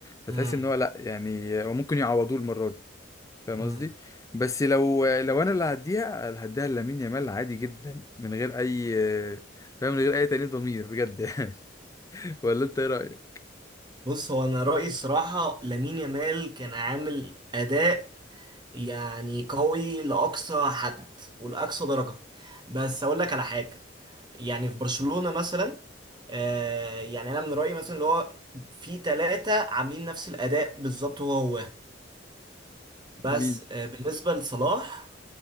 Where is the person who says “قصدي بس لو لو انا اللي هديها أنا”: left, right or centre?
Left